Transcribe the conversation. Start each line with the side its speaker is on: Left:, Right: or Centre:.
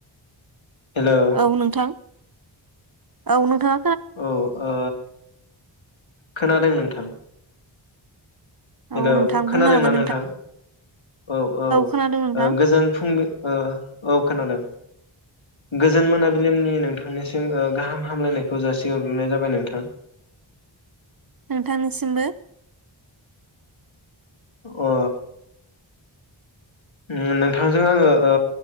Left: हेलौ
Right: औ नोंथां औ नोंथां
Left: औ ओ खोनादों नोंथां। हेलौ
Right: औ नोंथां
Left: खोनादोंना
Right: बुंनो हागोन
Left: नोंथां औ औ
Right: खोनादों नोंथां
Left: गोजोन फुंबि ओ औ खोनादों गोजोन मोनाबिलिनि नोंथांनिसिम ओ गाहाम हामलायनायखौ जासिहरग्रोनाय जाबाय नोंथां।
Right: नोंथांनिसिमबो।
Left: अ उम नोंथांजों आङो ओ